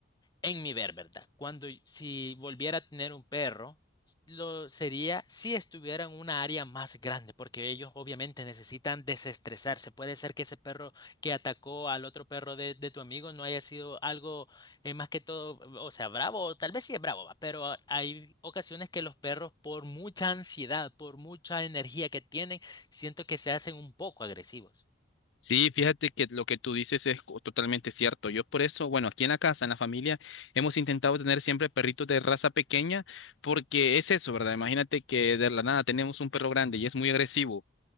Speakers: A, on the left (about 20°); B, on the left (about 75°).
A: en mi ver, ¿verdad? Cuando si volviera a tener un perro, lo sería si estuviera en una área más grande, porque ellos obviamente necesitan desestresarse. Puede ser que ese perro que atacó al otro perro de, de tu amigo no haya sido algo eh, más que todo, o sea, bravo, o tal vez sí es bravo, va, pero a- hay ocasiones que los perros, por mucha ansiedad, por mucha energía que tienen, siento que se hacen un poco agresivos.
B: Sí, fíjate que lo que tú dices es co- totalmente cierto. Yo por eso, bueno, aquí en la casa, en la familia, hemos intentado tener siempre perritos de raza pequeña porque es eso, ¿verdad? Imagínate que de la nada tenemos un perro grande y es muy agresivo